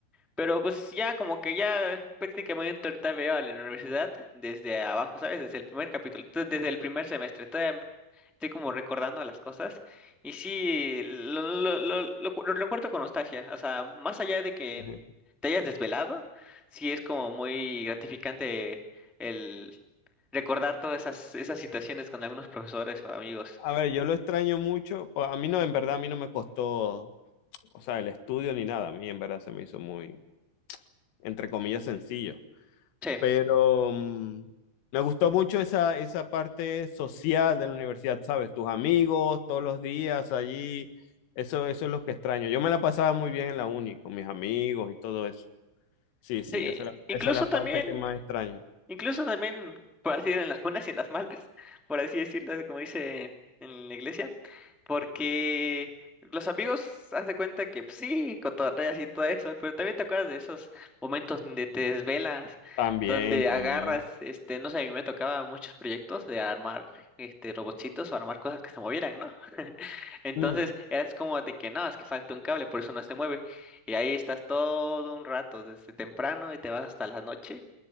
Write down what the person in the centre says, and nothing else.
Pero pues ya como que ya prácticamente ahorita veo a la universidad desde abajo, ¿sabes? Desde el primer capítulo, t- desde el primer semestre. estoy como recordando las cosas y sí, lo, lo, lo, lo cu- lo recuerdo con nostalgia, o sea, más allá de que
te hayas desvelado, sí es como muy gratificante el recordar todas esas, esas situaciones con algunos profesores o amigos.
Sí,
sí,
incluso
también,
incluso también, por así decir, en las buenas y en las malas, por así decirlo, como dice en la iglesia. Porque los amigos haz de cuenta que pues, sí, cotorreas y todo eso, pero también te acuerdas de esos momentos donde te desvelas,
donde agarras,
este, no sé, a mí me tocaba muchos proyectos de armar este robotcitos o armar cosas que se movieran, ¿no? <laughs> Entonces,
eras como de que no, es que falta un cable, por eso no se mueve. Y ahí estás todo un rato, desde temprano y te vas hasta la noche.